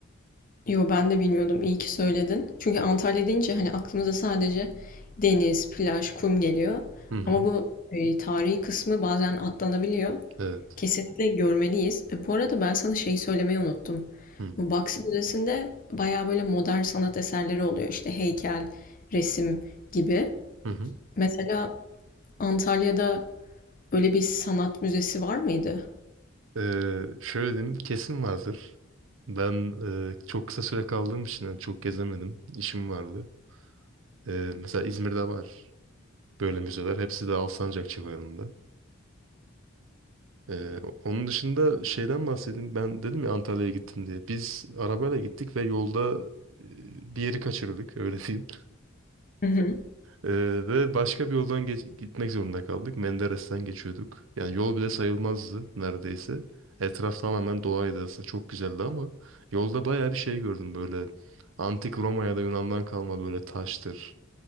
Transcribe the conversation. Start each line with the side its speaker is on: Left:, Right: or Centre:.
Left: Yo ben de bilmiyordum. İyi ki söyledin. Çünkü Antalya deyince hani aklımıza sadece deniz, plaj, kum geliyor.
Right: Hı hı.
Left: Ama bu e, tarihi kısmı bazen atlanabiliyor.
Right: Evet.
Left: Kesinlikle görmeliyiz. E, bu arada ben sana şeyi söylemeyi unuttum.
Right: Hı
Left: Bu Baksı Müzesi'nde bayağı böyle modern sanat eserleri oluyor. İşte heykel, resim gibi.
Right: hı. hı.
Left: Mesela Antalya'da öyle bir sanat müzesi var mıydı?
Right: Ee, şöyle diyeyim kesin vardır. Ben e, çok kısa süre kaldığım için yani çok gezemedim. İşim vardı. Ee, mesela İzmir'de var böyle müzeler. Hepsi de Alsancak civarında. Ee, onun dışında şeyden bahsedeyim. Ben dedim ya Antalya'ya gittim diye. Biz arabayla gittik ve yolda e, bir yeri kaçırdık öyle diyeyim.
Left: Hı hı.
Right: Ee, ve başka bir yoldan geç- gitmek zorunda kaldık. Menderes'ten geçiyorduk. Yani yol bile sayılmazdı neredeyse. Etraf tamamen doğaydı aslında. Çok güzeldi ama yolda bayağı bir şey gördüm böyle. Antik Roma ya da Yunan'dan kalma böyle taştır,